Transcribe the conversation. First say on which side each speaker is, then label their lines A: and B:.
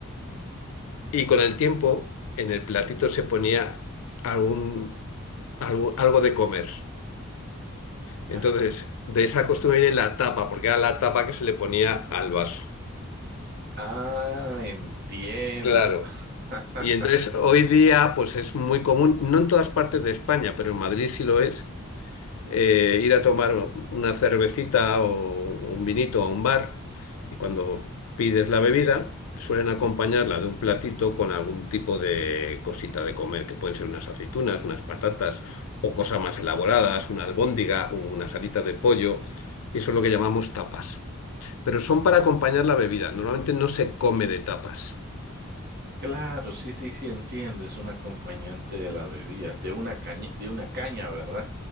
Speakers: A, on the right (about 50°); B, on the left (about 80°).
A: Ujú, ujú,
B: y con el tiempo en el platito se ponía algún, algo algo de comer. Entonces,
A: Ah,
B: de esa costumbre viene la tapa, porque era la tapa que se le ponía al vaso.
A: ah, entiendo.
B: Claro.
A: <laughs>
B: Y entonces hoy día, pues es muy común, no en todas partes de España, pero en Madrid sí lo es, eh, ir a tomar una cervecita o un vinito a un bar y cuando
A: ujú.
B: pides la bebida suelen acompañarla de un platito con algún tipo de cosita de comer, que pueden ser unas aceitunas, unas patatas o cosas más elaboradas, una albóndiga, unas alitas de pollo. Eso es lo que llamamos tapas. pero son para acompañar la bebida. Normalmente no se come de tapas.
A: Claro, sí, sí, sí, entiendo. Es un acompañante de la bebida, de una caña, de una caña, ¿verdad?